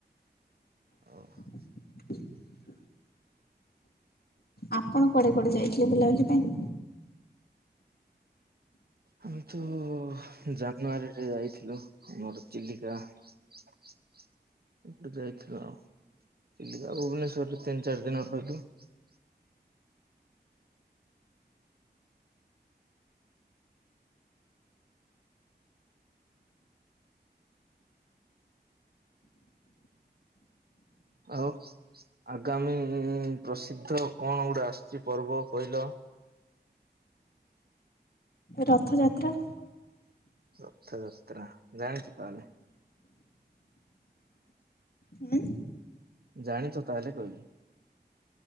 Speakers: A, on the left; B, on the right.
A: <inaudible>
B: ଆଛା
A: ଆପଣ କୁଆଡେ କୁଆଡେ ଯାଇଥିଲେ ବୁଲାବୁଲି ପାଇଁ।
B: ଆମେ ତ ଜାନୁଆରୀରେ ଯାଇଥିଲୁ ମୋର ଚିଲିକା। ଏଇଠୁ ଯାଇଥିଲୁ ଆଉ। ଚିଲିକା ଭୁବନେଶ୍ଵରରୁ ତିନି ଚାରି ଦିନ ବାଟର ହେଇଥିବ। ଆଉ। ଆଗାମୀ ପ୍ରସିଦ୍ଧ କଣ ଗୋଟେ ଆସୁଛି ପର୍ବ କହିଲ।
A: ରଥଯାତ୍ରା।
B: ରଥଯାତ୍ରା ଯାଣିଚ ତାହାଲେ।
A: ହୁଁ
B: ଜାଣିଛ ତାହେଲେ କହିଲି।